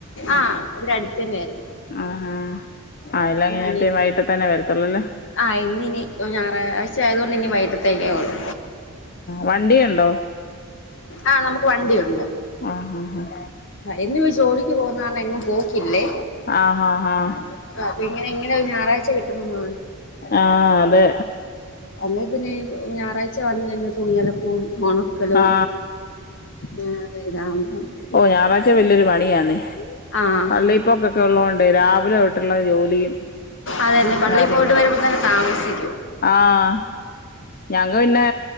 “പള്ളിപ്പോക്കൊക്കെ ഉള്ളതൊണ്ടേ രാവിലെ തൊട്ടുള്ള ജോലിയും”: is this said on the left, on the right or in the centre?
Left